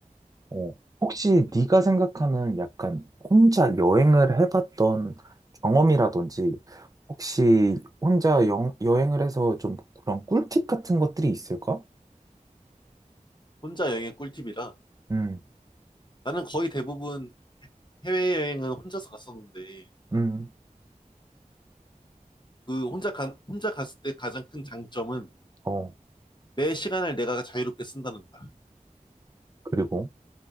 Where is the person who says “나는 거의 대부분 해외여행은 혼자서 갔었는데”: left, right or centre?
Left